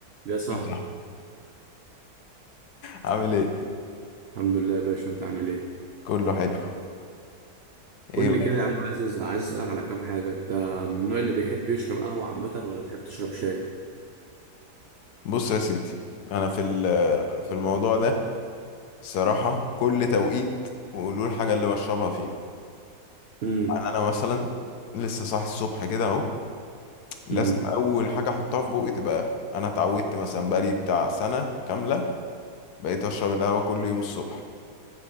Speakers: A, on the right (about 80°); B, on the left (about 70°).
A: يا صاحبي
B: <laughs> مثلا عامل ايه
A: الحمد لله يا باشا انت عامل ايه
B: كله حلو ايه
A: قول
B: بقى
A: لي كده يا عم الحمد لله عايز عايز اسالك على كام حاجه انت من النوع اللي بيحب يشرب قهوه عامه ولا بتحب تشرب شاي
B: بص يا سيدي انا في ال- في الموضوع ده الصراحه كل توقيت وقولوا الحاجه اللي بشربها فيها
A: امم
B: يعني انا مثلا لسه صاحي الصبح كده اهو لازم
A: امم
B: اول حاجه احطها في بوقي تبقى قهوه انا اتعودت مثلا بقالي بتاع سنه كامله بقيت اشرب القهوه كل يوم الصبح